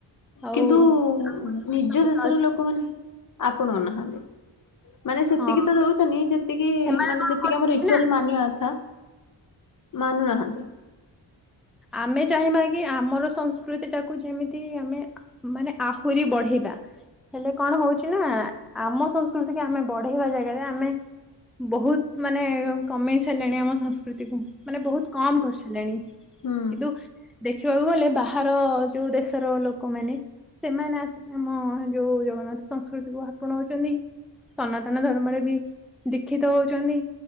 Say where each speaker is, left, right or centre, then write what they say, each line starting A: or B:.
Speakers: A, in the centre; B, on the left (about 45°).
A: ଆଉ
B: କିନ୍ତୁ
A: ଆମ ଯୋଉ
B: ନିଜ
A: ବେଶଭୂଷା
B: ଦେଶର
A: ଅଛି
B: ଲୋକମାନେ ଆପନୋଉନାହାନ୍ତି। ମାନେ ସେତିକି
A: ହଁ
B: ତ ଦଉଛନି ଯେତିକି
A: ସେମାନେ
B: ମାନେ
A: କଣ
B: ଯେତିକି
A: କରୁଛନ୍ତି
B: ଆମ ରିଚୁଆଲ
A: ନା
B: ମାନିବା କଥା ମାନୁ ନାହାନ୍ତି।
A: ଆମେ ଚାହିଁବା କି ଆମର ସଂସ୍କୃତିଟାକୁ ଯେମିତି ଆମେ ମାନେ ଆହୁରି ବଢେଇବା। ହେଲେ କଣ ହଉଛି ନା ଆମ ସଂସ୍କୃତି କି ଆମେ ବଢେଇବା ଜାଗାରେ ଆମେ ବହୁତ ମାନେ କମେଇ ସାରିଲାଣି ଆମ ସଂସ୍କୃତି କୁ ମାନେ ବହୁତ କମ୍ କରିସାରିଲେଣି କିନ୍ତୁ
B: ହୁଁ
A: ଦେଖିବାକୁ ଗଲେ ବାହାର ଯୋଉ ଦେଶର ଲୋକମାନେ ସେମାନେ ଆସ ଆମ ଯୋଉ ଜଗନ୍ନାଥ ସଂସ୍କୃତି କୁ ଆପଣାଉଛନ୍ତି। ସନାତନ ଧର୍ମରେ ବି ଦୀକ୍ଷିତ ହଉଛନ୍ତି।